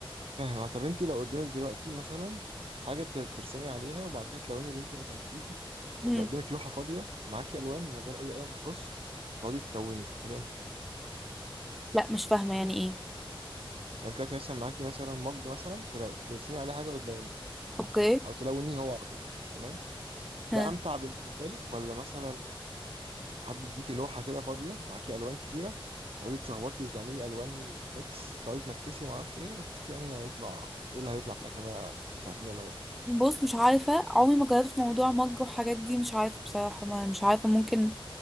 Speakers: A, on the right (about 80°); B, in the centre.
A: فاهم هو طب انت لو قدامك دلوقتي مثلا حاجه ت- ترسمي عليها وبعد كده تلوني اللي انت رسمتيه
B: هم.
A: ولا قدامك لوحه فاضيه ومعاكي الوان من غير اي قلم رصاص تقعدي تلوني تختاري انهي فيهم
B: لا مش فاهمة يعني ايه
A: يعني انت دلوقتي مثلا معاكي مثلا مج مثلا تل- ترسمي عليه حاجه وتلونيه
B: اوكي
A: او تلونيه هو على طول تمام ده
B: ها
A: امتع بالنسبه لك ولا مثلا حد يديكي لوحه كده فاضيه ومعاكي الوان كتيره تقعدي تشخبطي وتعملي الوان ميكس تقعدي تنكسي وما اعرفش ايه وتشوفي يعني هيطلع ايه اللي هيطلع في الاخر بقى مش عارفين ايه اللي هيطلع
B: بص مش عارفة عمري ما جربت موضوع مج وحاجات دي مش عارفة بصراحة ما مش عارفة ممكن